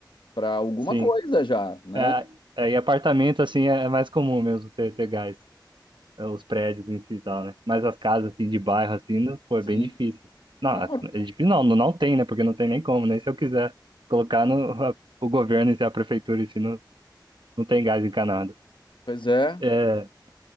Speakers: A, on the left; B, on the right.
A: para alguma
B: sim.
A: coisa já, né?
B: É, é, e apartamento, assim, é, é mais comum mesmo ter, ter gás. é, os prédios em si e tal, né? Mas as casas assim de bairro assim, não- pô, é
A: Sim.
B: bem difícil. Não,
A: Não,
B: é é difícil não, não, não tem, né? Porque não tem nem como, nem se eu quiser colocar no a- o governo e a prefeitura em si, não, não tem gás encanado.
A: pois é.
B: É,